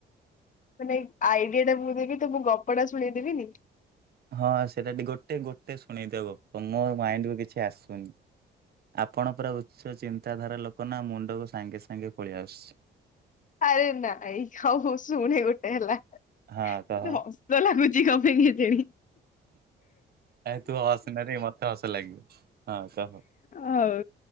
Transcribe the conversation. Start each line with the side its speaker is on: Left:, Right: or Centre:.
Left: ମାନେ ଆଇଡିଆ ଟା ମୁଁ ଦେବି ତ ମୁଁ ଗପଟା ଶୁଣେଇଦେବିନି।
Right: ହଁ ସେଟା ଟିକେ ଗୋଟେ ଗୋଟେ, ଶୁଣେଇଦିଅ ମୋ ମାଇଣ୍ଡ କୁ କିଛି ଆସୁନି। ଆପଣ ପୁରା ଉଚ୍ଚ ଚିନ୍ତାଧାରା ଲୋକ ନା ମୁଣ୍ଡକୁ ସାଙ୍ଗେ ସାଙ୍ଗେ ପଳେଇ ଆସୁଛି।
Left: ଆରେ ନାଇ ହୋଉ ହୋଉ ଶୁଣେ ଗୋଟେ ହେଲା। ମତେ
Right: ହଁ କହ
Left: ହସ ସ ଲାଗୁଛି କଣ ପାଇଁ କେଜାଣି?
Right: ଏ ତୁ ହସନାରେ ମତେ ହସ ଲାଗିବ। ହଁ କହ
Left: ହଉ